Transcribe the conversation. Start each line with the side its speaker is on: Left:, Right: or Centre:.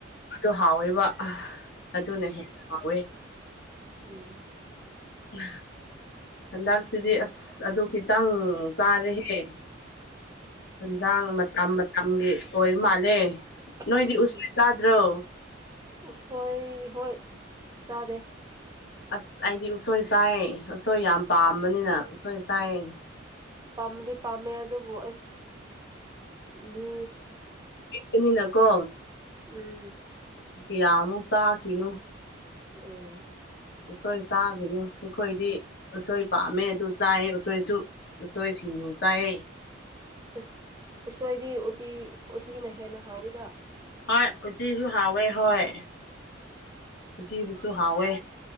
Left: ꯑꯗꯨ ꯍꯥꯎꯋꯦꯕ ꯑꯗꯨꯅ ꯍꯦ ꯍꯥꯎꯋꯦ
Right: ꯎꯝ
Left: ꯎꯝ ꯍꯟꯗꯛꯁꯤꯗꯤ ꯑꯁ ꯑꯗꯨ ꯈꯤꯇꯪ ꯆꯥꯔꯦꯍꯦ ꯌꯦꯟꯖꯥꯡ ꯃꯇꯝ ꯃꯇꯝꯒꯤ ꯑꯣꯏ ꯃꯥꯜꯂꯦ ꯅꯣꯏꯗꯤ
Right: ꯎꯝ
Left: ꯎꯁ ꯆꯥꯗ꯭ꯔꯣ
Right: ꯎꯁꯣꯏ ꯍꯣꯏ ꯇꯗꯦ꯫
Left: ꯑꯁ ꯑꯩꯗꯤ ꯎꯁꯣꯏ ꯆꯥꯏ ꯎꯁꯣꯏ ꯌꯥꯝ ꯄꯥꯝꯕꯅꯤꯅ ꯎꯁꯣꯏ ꯆꯥꯏ
Right: ꯄꯥꯝꯃꯗꯤ ꯄꯥꯝꯃꯦ ꯑꯗꯨꯕꯨ ꯑꯁ ꯃꯤ
Left: ꯀꯅꯤꯅꯀꯣ
Right: ꯎꯝ
Left: ꯀꯌꯥꯃ ꯁꯥꯈꯤꯅꯨ
Right: ꯎꯝ
Left: ꯎꯁꯣꯏ ꯆꯥꯒꯅꯨ ꯑꯩꯈꯣꯏꯗꯤ ꯎꯁꯣꯏ ꯄꯥꯝꯃꯦ ꯑꯗꯨ ꯆꯥꯏꯌꯦ ꯎꯁꯣꯏꯁꯨ ꯎꯁꯣꯏ ꯁꯤꯡꯖꯨ ꯆꯥꯏ
Right: ꯁ ꯎꯁꯣꯏꯗꯤ ꯎꯇꯤ ꯎꯇꯤꯅ ꯍꯦꯟꯅ ꯍꯥꯎꯋꯤꯗ
Left: ꯍꯣꯏ ꯎꯇꯤꯁꯨ ꯍꯥꯎꯋꯦ ꯍꯣꯏ ꯎꯇꯤꯕꯨꯁꯨ ꯍꯥꯎꯋꯦ